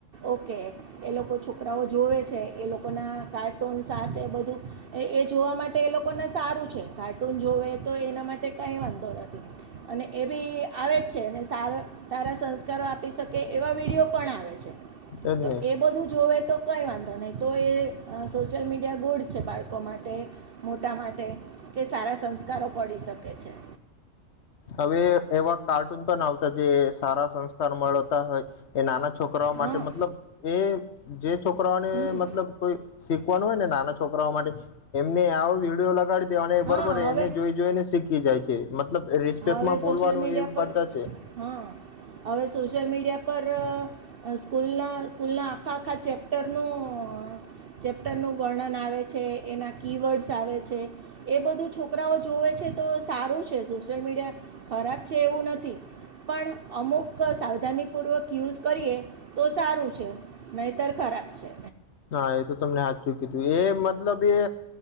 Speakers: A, on the right; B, on the left.
A: ઓકે એ લોકો છોકરાઓ જોવે છે એ લોકો ના કાર્ટૂન સાથે બધું એ જોવા માટે એ લોકોને સારું છે કાર્ટૂન જોવે તો એના માટે કાંઈ વાંધો નથી અને એ બી આવે જ છે અનેને સારા સારા સંસ્કારો આપી શકે એવા વિડીયો પણ આવે છે
B: એજ
A: તો
B: ને
A: એ બધું જોવે તો કઈ વાંધો નહી તો એ સોશિયલ મીડિયા ગોડ છે બાળકો લોકો માટે મોટા માટે કે સારા સંસ્કારો પડી શકે છે.
B: હવે એવા કાર્ટૂન પણ આવતા જે સારા સંસ્કાર મળતા હોય એ નાના છોકરાઓ
A: હં
B: માટે મતલબ એ જે છોકરાઓને
A: હં
B: મતલબ કોઈ શીખવાનું હોય ને નાના છોકરાઓ માટે એમને આવો વિડીયો લગાડી બરોબર
A: હં હવે
B: એને જોઈ જોઈને શીખ ખી જાય છે. મતલબ રિસ્પેક્ટમાં
A: હવે
B: બોલવાનું
A: સોશિયલ મીડિયા
B: એ
A: પર
B: બધા છે
A: હા હવે સોશિયલ મીડિયા. પર સ્કૂલના સ્કૂલના આખા આખા ચેપ્ટરનું ચેપ્ટરનું વર્ણન આવે છે એના કીવર્ડ્સ આવે છે હ એ બધું છોકરાઓ જવે છે તો સારું છે. સોશિયલ મીડિયા ખરાબ છે એવું નથી પણ અમુક સાવધાનીપૂર્વક યુઝ કરીએ તો સારું છે નહીતર ખરાબ છે.
B: હા એ તો તમને હાચુ કીધું એ મતલબ એ